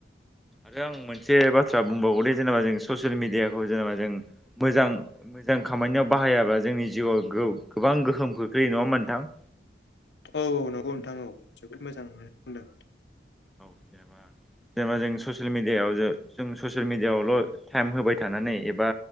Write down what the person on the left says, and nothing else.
औ औ नंगौ नोंथां औ जोबोद मोजांखोनो होन्दों।